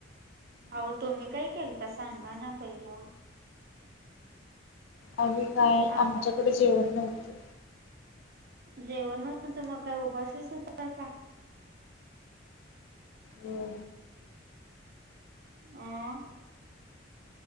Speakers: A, on the right; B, on the left.
A: आहो तुम्ही काय केलता सांगा ना पहिला.
B: आणि काय
A: अक्का
B: आमच्याकडे जेवण नव्हतं.
A: जेवण नव्हतं ‌मग काय उपाशीच हुतासा?
B: हो
A: अं?